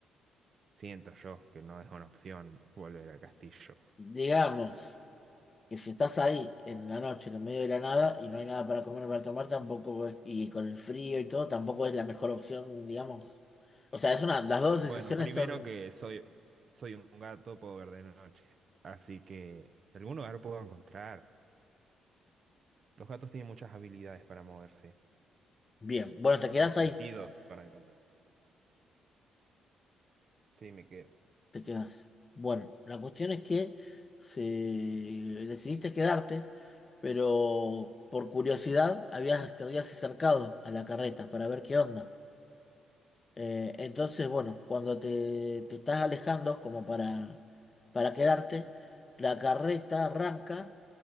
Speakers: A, on the right (about 50°); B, on the left (about 30°).
A: Siento yo que no es una opción volver al castillo.
B: digamos. que si estás ahí en la noche, en el medio de la nada, y no hay nada para comer ni para tomar, tampoco es- y con el frío y todo, tampoco es la mejor opción, digamos. O sea, es una, las dos
A: Bueno,
B: decisiones
A: primero
B: son
A: que soy, soy un gato, puedo ver de noche. Así que y algún lugar puedo encontrar. Los gatos tienen muchas habilidades para moverse
B: bien. Bueno, te quedás
A: y sentidos
B: ahí,
A: para encontrar. Sí, me quedo.
B: te quedás. Bueno, la cuestión es que se- decidiste quedarte, pero por curiosidad habías, te habías acercado a la carreta para ver qué onda. Eh, entonces, bueno, cuando te, te estás alejando como para, para quedarte, la carreta arranca